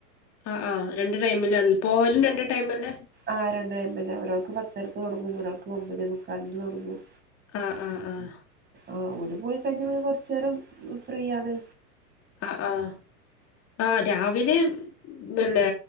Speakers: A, on the left; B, on the right.
A: ആഹ് ആഹ്. രണ്ട് ടൈമിലാണ്. പോവലും രണ്ട് ടൈമെന്നെ?
B: ആഹ് രണ്ട് ടൈമെന്നെ ഒരാൾക്ക് പത്തരക്ക് തൊടങ്ങും ഒരാൾക്ക് ഒമ്പതെ മുക്കാല്ന് തൊടങ്ങും.
A: ആഹ് ആഹ് ആഹ്.
B: ആഹ് ഓല് പോയി കഴിഞ്ഞാ പിന്നെ കൊറച്ചേരം ഫ്രീ ആണ്.
A: ആഹ് ആഹ്. ആഹ് രാവില് പിന്നെ